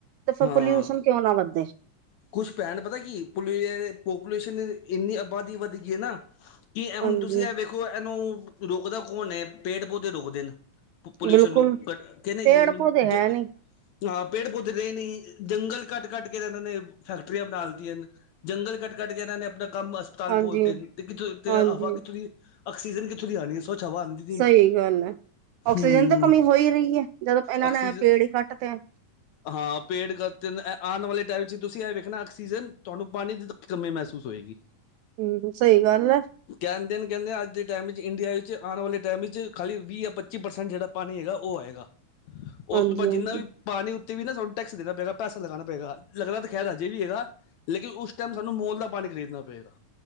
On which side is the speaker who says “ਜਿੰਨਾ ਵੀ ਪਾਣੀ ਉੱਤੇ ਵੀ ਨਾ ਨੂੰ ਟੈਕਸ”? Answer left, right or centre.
Left